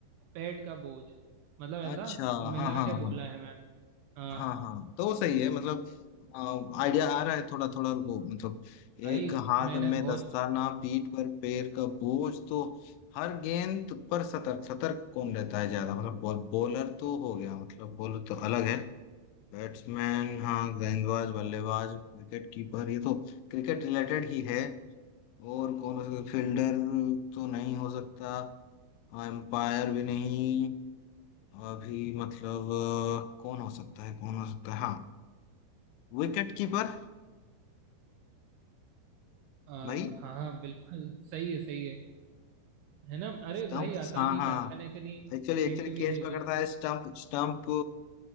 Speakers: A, on the right; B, on the left.
A: पैड का बोझ मतलब ऐसा
B: अच्छा
A: मिला
B: हाँ हाँ
A: के
B: हाँ
A: बोला है मैंने हाँ
B: हाँ हाँ तो वो सही है मतलब आइडिया आ रहा है थोड़ा थोड़ा रुको मतलब
A: भाई
B: एक हाथ
A: मैंने
B: में
A: बहुत
B: दस्ताना पीठ पर पैर का बोझ तो हर गेंद पर सतर्क सतर्क कौन रहता है ज्यादा मतलब बॉल बॉलर तो हो गया मतलब बॉलर तो अलग है बैट्समैन हाँ गेंदबाज बल्लेबाज विकेट कीपर ये तो क्रिकेट रिलेटेड ही है और कौन हो सकता फील्डर तो नहीं हो सकता एम्पायर भी नहीं अभी मतलब अ, कौन हो सकता है कौन हो सकता है हाँ विकेट कीपर
A: आ,
B: भाई
A: हाँ हाँ बिल्कुल सही है सही है है ना अरे
B: स्टंप
A: भाई आसान
B: हाँ
A: ही
B: हाँ
A: था मैंने इतनी
B: एक्चुअली एक्चुअली
A: हिंट भी
B: कैच
A: दे
B: पकड़ता
A: दी थी
B: है स्टंप स्टंप